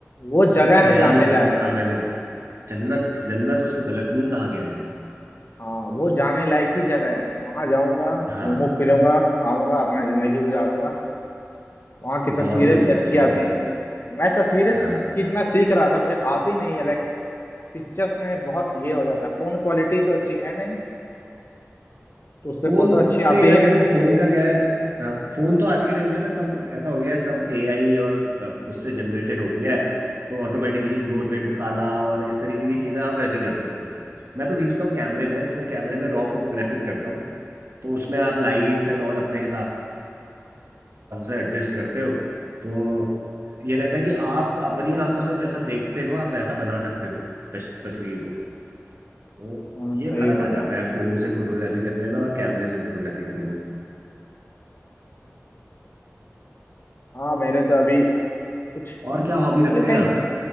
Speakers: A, on the left; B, on the right.
A: वो जगह
B: मतलब बयान
A: है जाने
B: नहीं कर
A: लायक
B: सकता मैंने क्या जन्नत जन्नत उसको गलत नहीं कहा गया है
A: हाँ वो जाने लायक ही जगह है वहां जाऊंगा
B: हाँ
A: घूमू फिरूंगा खाऊंगा अपना जिंदगी गुजारूंगा वहाँ की तस्वीरें
B: बहुत ही सुंदर
A: भी अच्छी
B: है बहुत
A: आती
B: ही सुंदर
A: हैं मैं तस्वीरें
B: हाँ
A: खींचना सीख रहा था मुझे आती नहीं है लाइक पिक्चर्स में बहुत ये हो जाता है फोन क्वालिटी तो अच्छी है नहीं तो उससे
B: फोन
A: फोटो अच्छी
B: से
A: आती
B: यार
A: ही नहीं
B: देखो फोन
A: है
B: का क्या है हाँ फोन तो आज के टाइम पे ना सब ऐसा हो गया है सब एआई और अ, उससे जनरेटेड हो गया है तो ऑटोमेटिकली गोरे को काला और इस तरीके की चीजें आप वैसी कर सकते हो मैं तो खींचता हूँ कैमरे में तो कैमरे में रॉ फोटोग्राफी करता हूँ तो उसमें आप लाइट्स एंड ऑल अपने हिसाब से एडजस्ट करते हो तो ये रहता है कि आप अपनी आंखों से जैसा देखते हो आप वैसा बना सकते हो तस- तस्वीर तो
A: हाँ
B: ये
A: सही
B: फर्क
A: बोला
B: आ जाता है फोन से फोटोग्राफी करने में और कैमरे से फोटोग्राफी करने में
A: हाँ मेरे तो अभी कुछ
B: और क्या हॉबी
A: अभी
B: रखते
A: कहीं
B: हैं आप